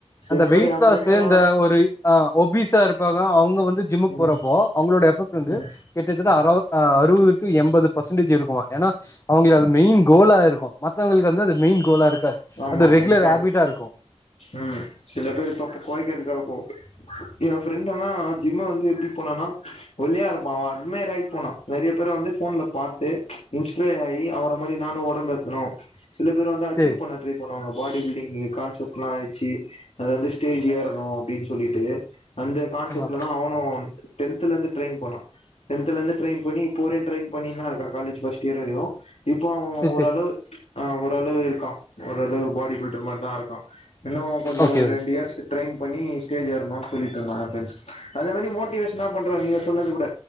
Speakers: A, on the left; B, on the left.
A: சில
B: அந்த வெயிட்
A: பேர் என்
B: லாஸ்
A: ஃப்ரெண்ட் எல்லா
B: இந்த ஒரு ஆ ஒபிஸா இருப்பாங்க அவங்க வந்து ஜிம்முக்கு
A: ம்
B: போறப்போ அவங்களுடை எப்பேக்ட் வந்து
A: ம்
B: கிட்டத்தட்ட அறவ் அறுவதுக்கு எம்பது பெர்சன்டேஜ் இருக்கு ஏன்னா அவங்களது மெயின் கோலா இருக்கு அடுத்தவங்களுக்கு வந்து அது மெயின் கோலா இருக்காது
A: ஆமா
B: அது ரெகுலர்
A: இருக்காது
B: ஹாபிட்டா இருக்கு
A: ம் சில பேரு தொப்ப கொறைக்கறத்துக்காக போ என் ஃப்ரெண்டு எல்லா ஜிம்ம வந்து எப்பிடி போனனா ஒல்லீயா இரு பா அவ அட்மயர் ஆகி போனா நெறைய பேர் வந்து போன்ல பாத்து இன்ஸ்பையர் ஆகி அவர அதே மாரி நானு ஒடம்பு ஏத்தனு சில பேரு வந்து அச்சீவ்
B: சரி
A: பண்ண டிரை பண்ணுவாங்க பாடிபி டிங்கு கான்சப்ட் எல்லா வெச்சி அத வந்து ஸ்டேஜ் ஏரனு அப்பிடின்னு சொல்லிட்டு அந்த கான்செப்ட்ல
B: ஆமா
A: தா அவனு டென்த்துல இருந்து ட்ரைன் போனா டென்த்துல இருந்து ட்ரெயின் பண்ணி இப்பவரையும் ட்ரெயின் பண்ணின்னு தா இருக்கா காலேஜ் ஃபர்ஸ்ட் இயர் வரையு இப்போ அவ
B: சரி
A: ஓரளவு
B: சரி
A: ம்ச் ஆ ஓரளவு இருக்கா ஓரளவு பாடி பில்டர் மாரிதா இருக்கா இன்னு கொஞ்சு
B: ஓகே
A: ஒரு
B: ஓகே
A: ரெண்டு இயர்ஸு ட்ரைன் பண்ணி ஸ்டேஜ் ஏறணுனு சொல்லிட்டு இருந்தா ஃபிரண்ட்ஸ் அதமாரி மோட்டிவேஷனா பண்றா நீங்க சொன்னது கூட